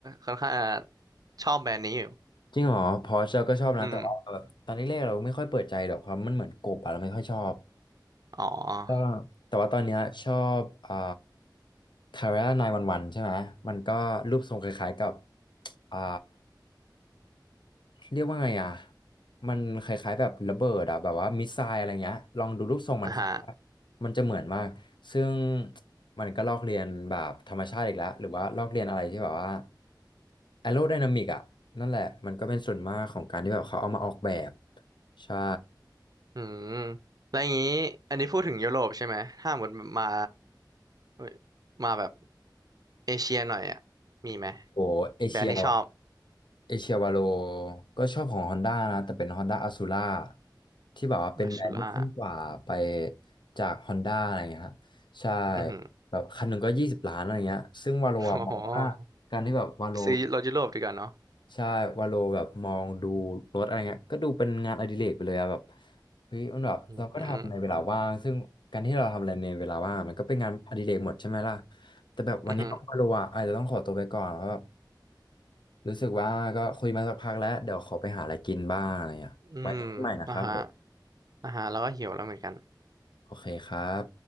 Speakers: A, on the right (about 50°); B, on the left (about 75°).
A: ค่อนข้างจะชอบแบรนด์นี้อยู่
B: จริงเหรอพอร์เชเราก็ชอบนะแต่ว่าแบบตอนแรกๆเราไม่ค่อยเปิดใจหรอกความมันเหมือนกบอะเราไม่ค่อยชอบ
A: อืมอ๋อ
B: ก็แต่ว่าตอนเนี้ยชอบอ่าคาร่านายวันวันใช่ไหมมันก็รูปทรงคล้ายๆกับอ่า เรียกว่าไงอ่ะมันคล้ายๆแบบระเบิดอ่ะแบบว่ามิสไซล์อะไรเงี้ยลองดูรูปทรงมันครับ
A: อ่าฮะ
B: มันจะเหมือนมากซึ่งมันก็ลอกเลียนแบบธรรมชาติอีกแล้วหรือว่าลอกเลียนอะไรที่แบบว่าแอโรไดนามิกอ่ะนั่นแหละมันก็เป็นส่วนมากของการที่แบบเขาเอามาออกแบบใช่
A: อืมแล้วอย่างนี้อันนี้พูดถึงยุโรปใช่ไหม ถ้าหมดมาเอ้ยมาแบบเอเชียหน่อยอ่ะมีไหม
B: โอ้เอเชีย
A: แบรนด์ที่ชอบ
B: เอเชียวาโลก็ชอบของ Honda นะ แต่เป็น Honda Azura ที่แบบว่าเป็นแบรนด์ที่ขึ้นกว่าไป
A: อาชูล่า
B: จาก Honda อะไรเงี้ยฮะใช่
A: อือหือ
B: แบบคันหนึ่งก็ยี่สิบล้านอะไรเงี้ยซึ่งวาโลอะมองว่าการที่แบบวาโล
A: <laughs> อ๋อซื้อรถยุโรปดีกว่าเนาะ
B: ใช่วาโลแบบมองดูรถอะไรเงี้ยก็ดูเป็นงานอดิเรกไปเลยอะแบบเฮ้ยมันแบบเราก็ทำในเวลาว่างซึ่งการที่เราทำอะไรในเวลาว่างมันก็เป็นงานอดิเรกหมดใช่ไหมล่ะ
A: อืมอืม
B: แต่แบบวันนี้วาโลอะอาจจะต้องขอตัวไปก่อนแล้วแบบ
A: อหือ
B: รู้สึกว่าก็คุยมาสักพักแล้วเดี๋ยวขอไปหาอะไรกินบ้างอะไรเงี้ยไว้คุยใหม่นะครับผม
A: อืมอ่าฮะอ่าฮะแล้วก็หิวแล้วเหมือนกัน
B: โอเคครับ